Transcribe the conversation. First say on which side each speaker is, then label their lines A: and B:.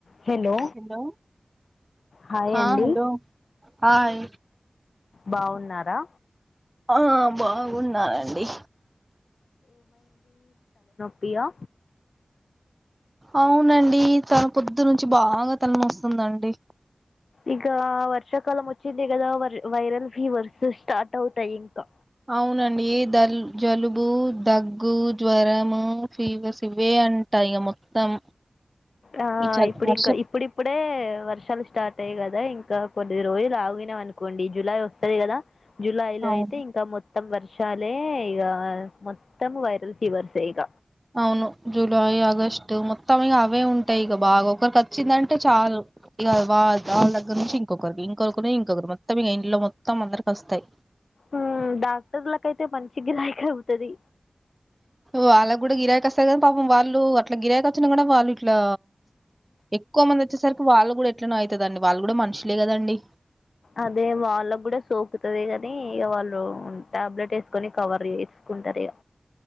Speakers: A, on the left; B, on the right.
A: హేలో
B: hello
A: hi అండి
B: ఆ hello hi
A: బాగున్నారా
B: ఆ బాగున్నానండి
A: పియా
B: అవునండి తల పొద్దు నుంచి బాగా తల నొస్తుందండి
A: ఇక్కడ వర్షాకాలం వచ్చింది కదా వర్ వైరల్ ఫీవర్స్ స్టార్ట్ అవుతాయి ఇంకా
B: అవునండి దల్ జలుబు దగ్గు జ్వరము ఫీవేర్స్ ఇవే అంట ఇగ మొత్తం
A: ఆ
B: ఈ చ
A: ఇప్పుడు
B: వర్ష
A: ఇంక ఇప్పుడిప్పుడే వర్షాలు స్టార్ట్ అయ్యాయి కదా ఇంకా కొద్ది రోజులు ఆగినం అనుకోండి జూలై వస్తది కదా జులై లో
B: అవును
A: అయితే ఇంకా మొత్ మొత్తం వర్షాలే ఇగ మొత్తం వైరల్ ఫీవర్స్ ఇగ
B: అవును జూలై ఆగస్ట్ మొత్తం ఇగ అవే ఉంటాయి ఇక బాగా ఒకరికి వచ్చిందంటే చాలు ఇగ వా వాళ దగ్గర నుంచి ఇంకొకరికి ఇంకొకరి ఇంకొకరు మొత్తం ఇగ ఇంట్లో మొత్తం అందరికి వస్తాయి
A: ఉ డాక్టర్లకైతే మంచి గిరాకీ అవుతది
B: వాళ్ళకు కూడా గిరాకి వస్తది గని పాపం వాళ్ళు అట్లా గిరాకి వచ్చిన కూడా వాళ్ళు ఇట్లా ఎక్కువ మంది వచ్చేసరికి వాళ్ళు కూడా ఎట్లనో అయితదండి వాళ్ళు కూడా మనుషులే కదండి
A: అదే వాళ్ళకూడా సోకుతుది గని ఇగ వాళ్ళు టాబ్లెట్ వేసుకొని కవర్ చేస్ కుంటరు ఇగ